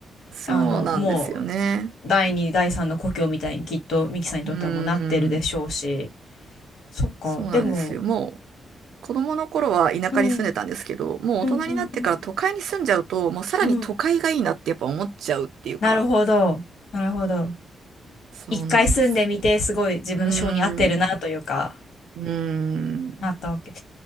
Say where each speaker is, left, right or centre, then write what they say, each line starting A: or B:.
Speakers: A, on the right; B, on the left.
A: そうなんですよね。
B: あの、もう、第二、第三の故郷みたいにきっとミキさんにとってはもうなってるでしょうし、
A: うーん、
B: そっか、
A: そうなんですよ。
B: でも、
A: もう、子供の頃は田舎に住んでたんですけど、
B: うん、
A: もう大人になってから都会に住んじゃうと、
B: うんうんうん、
A: もうさらに都会がいいなってやっぱ思っちゃうっていうか、
B: うん、なるほど、なるほど。
A: そうなんです。
B: 一回住んでみて、すごい自分の性に合ってるなというか、
A: うーん、うーん。
B: なったわけ。